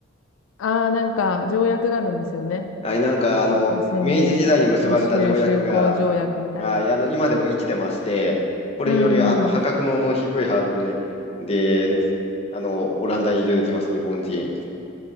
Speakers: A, on the left (about 85°); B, on the left (about 30°).
A: ああ、なんか、条約があるんですよね。
B: はい、なんかあの明治時代に結ばれた条約が、
A: 私に、日中修好条約みたいな。
B: はい、あの今でも生きてまして、これによりあの破格の低いハードル
A: うんうん。
B: で、であのオランダに移住できます、日本人。